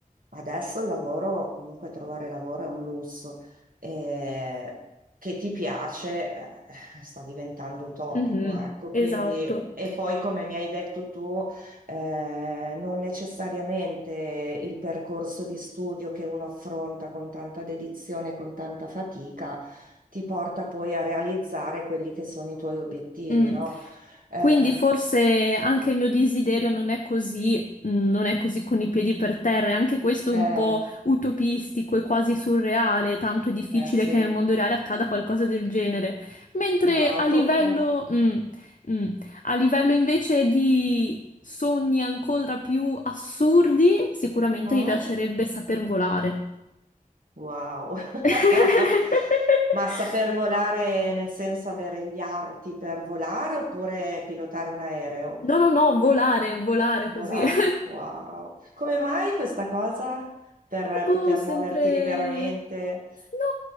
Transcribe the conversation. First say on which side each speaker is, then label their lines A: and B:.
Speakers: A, on the right; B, on the left.
A: adesso il lavoro, comunque trovare lavoro è un lusso. eh, che ti piace, eh, sta diventando utopico,
B: Mhm.
A: ecco,
B: Esatto.
A: quindi, e poi come mi hai detto tu, eh, non necessariamente il percorso di studio che uno affronta con tanta dedizione, con tanta fatica ti porta poi a realizzare quelli che sono i tuoi obiettivi,
B: Mm.
A: no? Eh,
B: Quindi forse anche il mio desiderio non è così, mm, non è così con i piedi per terra, e anche questo
A: eh,
B: è un po' utopistico e quasi surreale, tanto è difficile
A: eh, sì,
B: che nel mondo reale accada qualcosa del genere. Mentre
A: no,
B: a
A: è
B: livello,
A: tutto.
B: mm, mm, a livello invece di sogni ancora più assurdi, sicuramente
A: Mm?
B: mi piacerebbe saper volare.
A: Wow. <laughs>
B: <laughs>
A: Ma saper volare nel senso avere gli arti per volare oppure pilotare un aereo?
B: No, no, no, volare, volare
A: Volare,
B: così. <laughs>
A: wow. Come mai questa cosa? Per
B: Boh,
A: poter
B: sempre...
A: muoverti liberamente?
B: No,